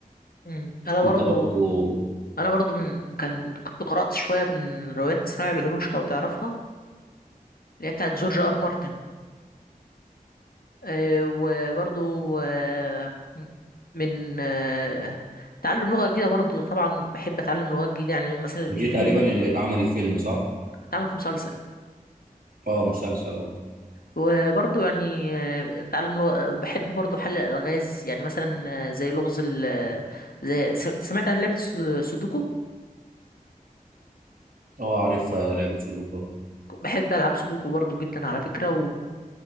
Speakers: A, on the left; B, on the right.
A: مم. أنا برضو
B: انت برضو
A: أنا برضو من كان كنت قرأت شوية من روايات صراع العروش لو تعرفها اللي هي بتاعت جورج آر مارتن آه، وبرضو آه، من آه، تعلم لغة جديدة برضو طبعا بحب أتعلم لغات جديدة يعني مثلا الإنجليزي
B: دي تقريبا اللي اتعملت فيلم صح؟
A: اتعمل في مسلسل
B: اه مسلسل اه
A: وبرضو يعني آه، تعلم لغة بحب برضو حل الألغاز يعني مثلا آه، زي لغز ال زي س- سمعت عن لعبة الس- سودوكو
B: اه عارفها لعبه سودوكو
A: بحب ألعب سودوكو برضو جدا على فكرة